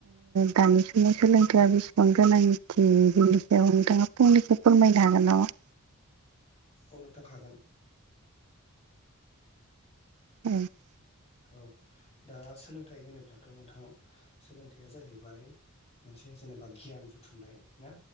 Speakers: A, on the right; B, on the left.
A: दानि समाव सोलोंथाइया बेसेबां गोनांथि बिनि सायाव नोंथाङा फुंनैसो फोरमायनो हागोन नामा?
B: औ नोंथां हागोन।
A: <unintelligible>
B: औ दा सोलोंथाइ होनोब्लाथ' नोंथां सोलोंथाइया जाहैबाय मोनसे जेनेबा गियान बुथुमनाय ना?